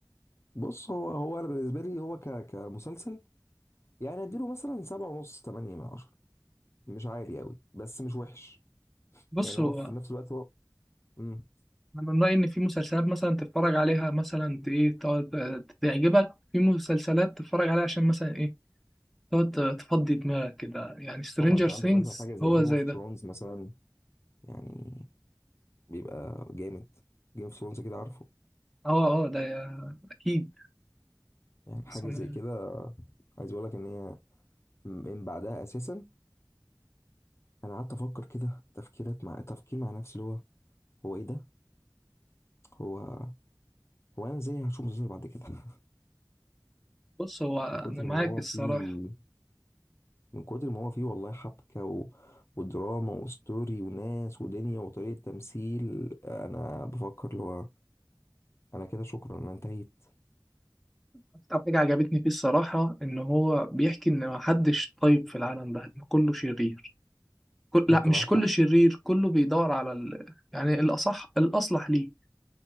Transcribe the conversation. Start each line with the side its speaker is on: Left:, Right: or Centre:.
Left: بص هو هو انا بالنسبه لي هو ك كمسلسل يعني اديله مثلا سبعة ونص تمانية من عشرة مش عالي قوي بس مش وحش
Centre: بص
Left: يعني هو
Centre: هو
Left: في نفس الوقت هو مم.
Centre: انا من رأيي ان في مسلسلات مثلا تتفرج عليها مثلا ت- ايه تقعد آه، تعجبك في مسلسلات تتفرج عليها عشان مثلا ايه تقعد آه، تفضي دماغك كده يعني سترينجر
Left: طبعا انت
Centre: ثينجز
Left: عندك مثلا حاجه زي
Centre: هو
Left: جيم
Centre: زي
Left: اوف
Centre: ده
Left: ثرونز مثلا يعني بيبقى جامد جيم اوف ثرونز كده عارفه
Centre: اه اه ده اكيد
Left: يعني
Centre: بس
Left: حاجه
Centre: أنا-
Left: زي كده عايز اقول لك ان هي من بعدها اساسا انا قعدت افكر كده تفكيرات مع تفكير مع نفسي اللي هو هو ايه ده هو هو انا ازاي هشوف مسلسل بعد كده <laughs>
Centre: بص هو انا
Left: من كتر
Centre: معاك
Left: ما هو
Centre: الصراحة
Left: فيه من كتر ما هو فيه والله حبكة و... ودراما وستوري وناس ودنيا وطريقة تمثيل انا بفكر اللي هو انا كده شكرا انا انتهيت
Centre: أكتر حاجة عجبتني فيه الصراحة إن هو بيحكي إن محدش طيب في العالم ده إن كله شرير كل...
Left: انت
Centre: لا مش
Left: معاك
Centre: كله
Left: حق
Centre: شرير كله بيدور على ال... يعني الأصح الأصلح ليه